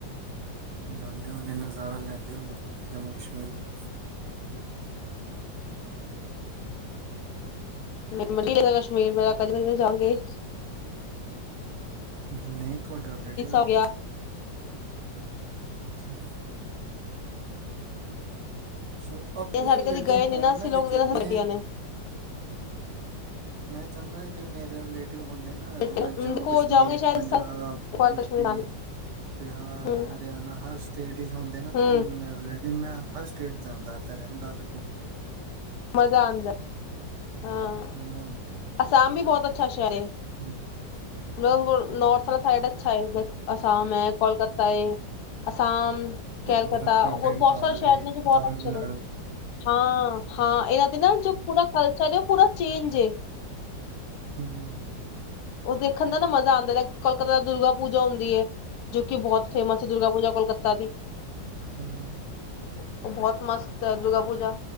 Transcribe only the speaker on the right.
ਜਾਂਦੇ ਹੋਨੇ ਨਜ਼ਾਰਾ ਲੈਂਦੇ ਹੋਨੇ ਜੰਮੂ ਕਸ਼ਮੀਰ ਦਾ।
ਨਹੀਂ ਤੁਹਾਡਾ ਰਿਲੇਟਿਵ ਹੈ
ਨਾ
ਉੱਥੇ। ਅੱਛਾ। ਸੋ ਅਪਨੇ
ਰਿਲੇਟਿਵ
ਹੋਨ
ਨਾ ਕਿਤੇ
ਮੈਂ
ਮੈਂ ਚਾਂਦਾ ਜੇ ਮੇਰੇ ਰਿਲੇ ਤੇ ਹੁੰਦੇ ਨਾ
ਜਿੱਦਾਂ ਜੱਮੁ, ਕਸ਼ਮੀਰ,
ਪੰਜਾਬ,
ਯੂਪੀ,
ਬਿਹਾਰ,
ਹਰਿਆਣਾ ਹਰ ਸਟੇਟ ਵਿੱਚ ਹੁੰਦੇ ਨਾ
ਤਾਂ ਮੇ ਰਿਲੇਟਿਵ ਮੈਂ- ਹਰ ਸਟੇਟ- ਜਾਂਦਾ ਤੇ ਰਹਿੰਦਾ ਵੀ ਘੁੰਮਲੈ
ਮਜ਼ਾ
ਹਮ-
ਕੋਲਕਾਤਾ
ਬੰਗਾਲ
ਏ,
ਤਾਮਿਲਨਾਡੂ
ਹਮ-
ਹਮ-